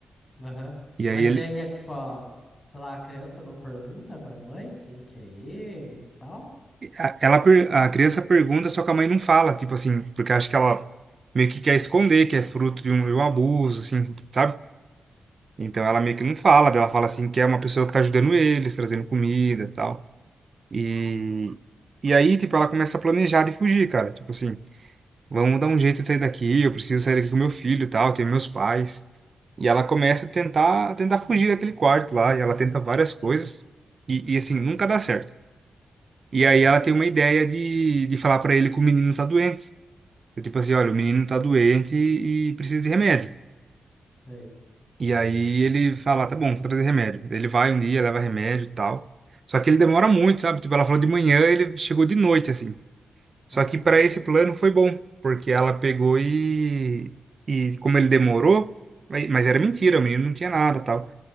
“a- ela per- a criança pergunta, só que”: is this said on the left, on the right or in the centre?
Right